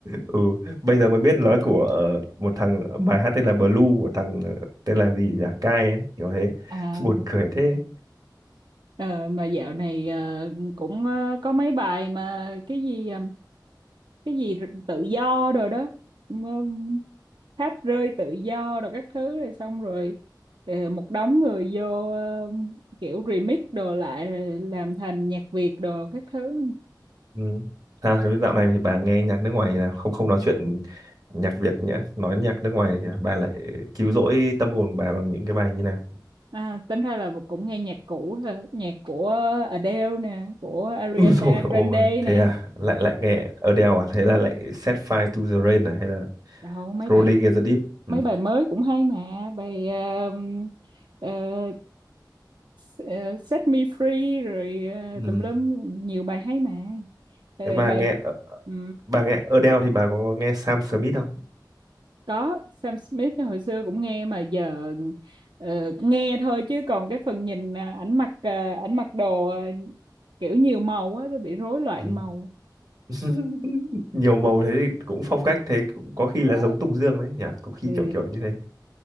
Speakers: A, on the right; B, on the right.
A: ừ bây giờ mới biết nó của ờ, một thằng bài hát tên là Blue của thằng ờ, tên là gì nhỉ Kai ấy, kiểu thế
B: À,
A: <laughs> buồn cười thế
B: Ờ, mà dạo này ờ, cũng ờ, có mấy bài mà cái gì ờ, cái gì r- tự do rồi đó um, tháp rơi tự do rồi các thứ rồi xong rồi ờ, một đống người vô ờ, kiểu remix đồ lại rồi làm thành nhạc Việt đồ các thứ
A: ừ. sao thế dạo này thì bà nghe nhạc nước ngoài là không không nói chuyện nhạc Việt nhỉ nói nhạc nước ngoài thì bà lại cứu rỗi tâm hồn bà bằng những cái bài như nào
B: à, tính ra là cũng nghe nhạc cũ thôi nhạc của Adele nè của
A: <laughs>
B: Ariana
A: Úi dồi ôi
B: Grande
A: thế
B: nè
A: à lại lại nghe Adele à thế là lại Set Fire to the Rain à hay là
B: đâu mấy
A: Rolling
B: bài
A: in the Deep ừ.
B: mấy bài mới cũng hay mà bài ờ, ờ, ờ, Set Me Free rồi ờ,
A: Ừ.
B: tùm lum nhiều bài hay mà Ờ,
A: thế bà
B: bài
A: nghe ờ,
B: ừ,
A: bà nghe Adele thì bà có nghe Sam Smith không
B: có Sam Smith hồi xưa cũng nghe mà giờ ờ, nghe thôi chứ còn cái phần nhìn à, ảnh mặc à, ảnh mặc đồ à, kiểu nhiều màu á tôi bị rối loạn
A: ừ.
B: màu
A: <laughs> nhiều màu thế thì cũng phong cách thế cũng có khi là
B: Đó.
A: giống Tùng Dương đấy nhỉ có khi
B: ừ.
A: kiểu kiểu như thế